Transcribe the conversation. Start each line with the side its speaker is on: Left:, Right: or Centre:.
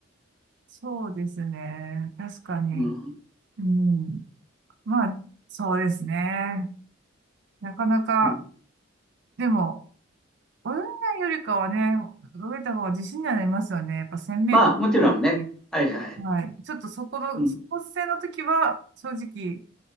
Right: そうですね。確かに。
Centre: う。うん。
Right: うん。まあ、そうですね。なかなか、
Centre: うん、
Right: でも、泳げないよりかはね、泳いだ方が自信にはなりますよね。やっぱ1000メート
Centre: まあ、もちろんね。
Right: ル。
Centre: はいはい。
Right: はい。ちょっとそこの、
Centre: うん。
Right: スポーツ船の時は、正直、